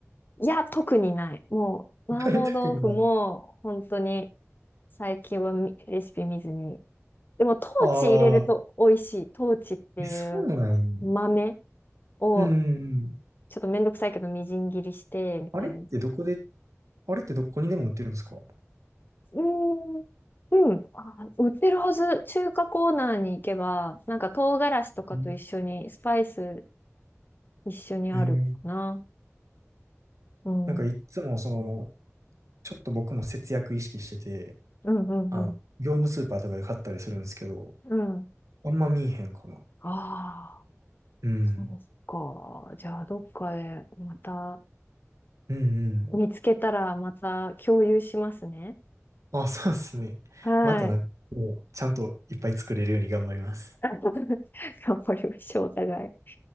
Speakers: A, on the left; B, on the right.
A: いや、特にない。もう、
B: <laughs>
A: 麻婆豆腐も、
B: 特にない。
A: 本当に、最近はみレシピ見ずに。でも、トーチ入れると美味しい。
B: ああ、
A: トーチっていう豆
B: え、そうなん
A: を、
B: うんうん。
A: ちょっとめんどくさいけど、みじん切りして、みたいな。
B: あれってどこで、あれってどこにでも売ってるんですか
A: うーん、うん、あ、売ってるはず。中華コーナーに行けば、なんか唐辛子とかと一緒に、
B: うん
A: スパイス一緒にあるかな。
B: えー
A: うん。
B: なんかいっつもその、
A: うん、
B: ちょっと僕も節約意識してて、
A: うん、
B: あの、
A: うん。
B: 業務スーパーとかで買ったりするんですけど、
A: うん。
B: あんま見えへんかな。
A: ああ、
B: うん。
A: そうか。じゃあ、どっかでまた
B: うんうん。
A: 見つけたらまた共有しますね。
B: あ、そうですね。
A: はい。
B: またなんか、こうちゃんといっぱい作れるように頑張ります。
A: <laughs> 頑張りましょう、お互い。